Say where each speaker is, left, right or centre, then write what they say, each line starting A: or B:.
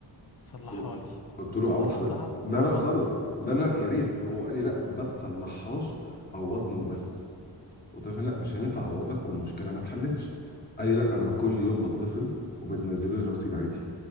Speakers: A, on the left (about 55°); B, on the left (about 20°).
A: صلحها
B: قلت له
A: لي
B: قلت له
A: صلحتها
B: عوض حضرتك لا
A: عوضني
B: لا لا خالص لا لا يا ريت هو قال لي لا ما تصلحهاش عوضني وبس قلت له يا فندم لا مش هينفع اعوضك والمشكله ما اتحلتش قال لي لا انا كل يوم بتصل وبتنزلوا لي الرصيد عادي